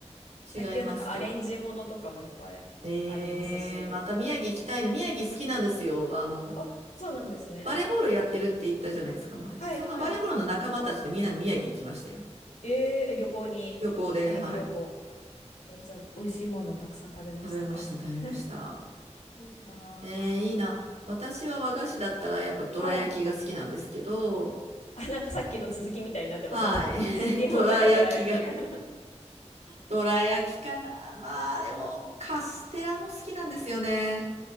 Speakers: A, on the left (about 75°); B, on the right (about 70°).
A: 最近はなんかアレンジものとかもいっぱいありますし
B: 違いますけど。えー、また宮城行きたいの。宮城好きなんですよ。あの、
A: あそうなんですね
B: バレーボールやってるって言ったじゃないですか、前。
A: はいはい。
B: そのバレーボールの仲間たちでみんなで宮城行きましたよ。
A: えー、旅行に、
B: 旅行で、
A: 宮城旅行。
B: はい。
A: えーじゃあ、美味しいものをたくさん食べましたか
B: 食べました、食べました。
A: <laughs> いいな
B: えー、いいな。私は和菓子だったらやっぱどら焼きが好きなんですけど、
A: ぁ。はい。あ、なんかさっきの続きみたいになってますね。
B: はい。
A: <laughs> 日本ならどら焼きが
B: <laughs> どら焼きが。
A: <laughs>
B: どら焼きかな。まあでも、
A: うんうん。
B: カステラも好きなんですよね。